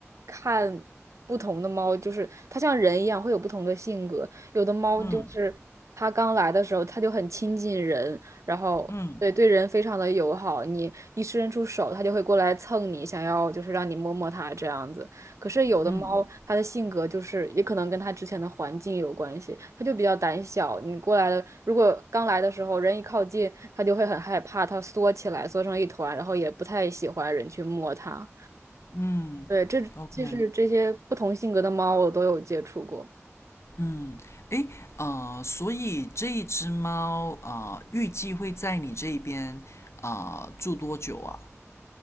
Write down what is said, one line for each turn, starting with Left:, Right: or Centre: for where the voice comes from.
Right: 看不同的猫，就是它像人一样会有不同的性格。有的猫就是它刚来的时候，
Left: 嗯
Right: 它就很亲近人，然后对对人非常的友好，
Left: 嗯
Right: 你一伸出手，它就会过来蹭你，想要就是让你摸摸它这样子。可是有的猫，
Left: 嗯
Right: 它的性格就是也可能跟它之前的环境有关系，它就比较胆小。你过来的，如果刚来的时候人一靠近，它就会很害怕，它缩起来，缩成一团，然后也不太喜欢人去摸它。
Left: 嗯，OK，
Right: 对，这就是这些不同性格的猫，我都有接触过。
Left: 嗯，诶，呃，所以这一只猫啊、呃，预计会在你这边啊、呃住多久啊？